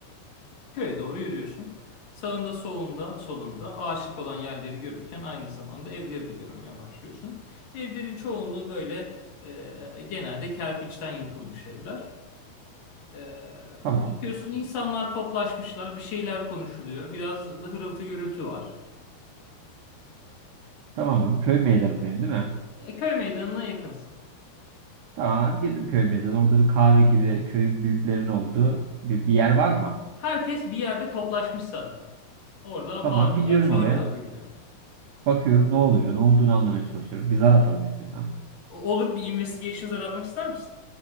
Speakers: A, on the left; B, on the right.
A: Köye doğru yürüyorsun. Sağında, solunda, solunda ağaçlık olan yerleri görürken aynı zamanda evleri de görmeye başlıyorsun. Evlerin çoğunluğu böyle e, genelde kerpiçten yapılmış evler. E,
B: Tamam.
A: bakıyorsun insanlar toplaşmışlar, bir şeyler konuşuluyor. Biraz hırıltı gürültü var.
B: Tamam abi. Köy meydanındayım değil mi?
A: E, köy meydanına yakınsın.
B: Tamam abi girdim köy meydanı. Orada bir kahve gibi köyün büyüklerinin olduğu bir, bir yer var mı?
A: Herkes bir yerde toplaşmış zaten. Orada
B: Tamam
A: bağırıyorlar,
B: gidiyorum
A: çağırıyorlar
B: oraya.
A: birbirlerine.
B: Bakıyorum ne oluyor. Ne olduğunu anlamaya çalışıyorum. Bir zar atalım istiyorsan.
A: O- Olur bir investigations aratmak ister misin?